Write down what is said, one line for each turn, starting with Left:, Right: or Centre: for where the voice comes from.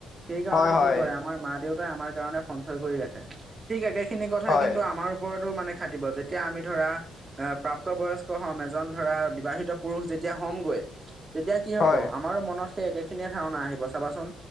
Right: সেইকাৰণে
Left: হয় হয়
Right: কি কৰে আমাৰ মা দেউতাই আমাৰ কাৰণে, সঞ্চয় কৰি ৰাখে। ঠিক একেখিনি কথাই
Left: হয়
Right: কিন্তু আমাৰ ওপৰতো মানে খাাটিব যেতিয়া আমি ধৰা, আহ প্ৰাপ্ত বয়স্ক হম এজন ধৰা বিবাহিত পুৰুষ যেতিয়া হ'মগৈ তেতিয়া কি হ'ব
Left: হয়
Right: আমাৰো মনত সেই একেখিনিয়ে ধাৰণা আহিব চাবাচোন।